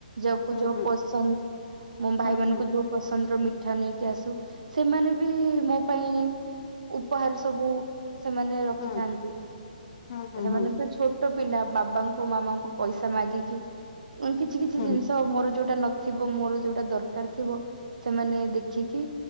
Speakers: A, on the right (about 65°); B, on the left (about 45°).
A: ଯାହାକୁ
B: ହୁଁ
A: ଯାହା
B: ହୁଁ
A: ପସନ୍ଦ। ମୋ ଭାଇମାନଙ୍କୁ
B: ହୁଁ ହୁଁ ହୁଁ ହୁଁ
A: ଯୋଉ ପସନ୍ଦର ମିଠା ନେଇକି ଆସେ ସେମାନେ ବି ମୋ ପାଇଁ ଉପହାର ସବୁ ସେମାନେ ରଖିଥାନ୍ତି।
B: ହୁଁ ହୁଁ ହୁଁ
A: ହେମାନେ ତ ଛୋଟ ପିଲା ବାବାଙ୍କୁ ମାମାଙ୍କୁ ପଇସା ମାଗିକି ଉଁ -କିଛି କିଛି
B: ହୁଁ
A: ଜିନିଷ ମୋର ଯଉଟା ନ ଥିବ ମୋର ଯଉଟା ଦରକାର୍ ଥିବ ସେମାନେ ଦେଖିକି